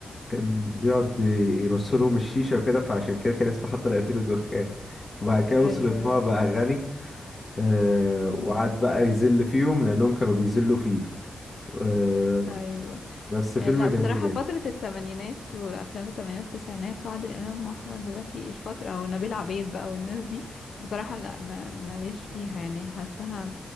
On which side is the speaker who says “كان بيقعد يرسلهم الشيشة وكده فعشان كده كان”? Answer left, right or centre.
Left